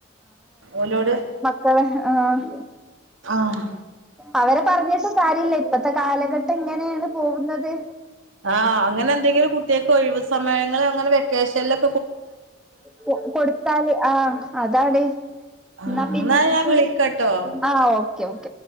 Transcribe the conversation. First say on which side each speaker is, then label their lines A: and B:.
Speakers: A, on the right; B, in the centre.
A: ഓലോട്
B: കളെ ആഹ്
A: ആഹ്
B: അവരെ പറഞ്ഞിട്ടും കാര്യില്ല ഇപ്പത്തെ കാലഘട്ടം ഇങ്ങനേണ് പോവുന്നത്
A: ആഹ് അങ്ങനെന്തെങ്കിലും കുട്ടിയക്ക് ഒഴിവ് സമയങ്ങള് അങ്ങനെ വെക്കേഷൻലൊ
B: കൊ കൊടുത്താല് ആഹ് അതാണ്
A: ആഹ്
B: എന്നാ പിന്നെ
A: ന്നാ
B: കുട്ടിയള്
A: ഞാൻ വിളിക്കട്ടോ
B: ആഹ് ഓഹ് ക്കെയോക്കെ